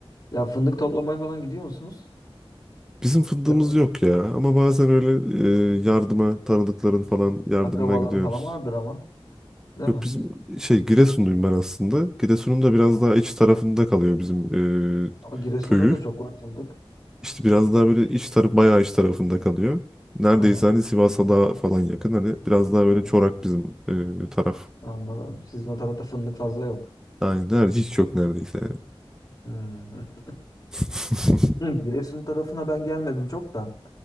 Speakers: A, on the left (about 50°); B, in the centre.
A: Ya fındık toplamaya falan gidiyor musunuz?
B: Bizim fındığımız
A: Yazın
B: yok ya ama bazen öyle e, yardıma tanıdıkların falan yardımına
A: akrabaların
B: gidiyoruz.
A: falan vardır ama. Değil
B: Yok
A: mi?
B: bizim şey Giresunluyum ben aslında. Giresun'un da biraz
A: Tamam.
B: daha iç tarafında kalıyor bizim e,
A: Ama Giresun'da
B: köyü.
A: da çok var fındık.
B: İşte biraz daha böyle iç taraf bayağı iç tarafında kalıyor. Neredeyse
A: Aha,
B: hani Sivas'a daha falan yakın. Hani biraz daha böyle
A: aha,
B: çorak bizim e, taraf.
A: anladım. Sizin o tarafta fındık fazla yok.
B: Aynen neredeyse hiç yok neredeyse yani.
A: Hmm. <laughs>
B: <laughs>
A: Hı, Giresun tarafına ben gelmedim çok da.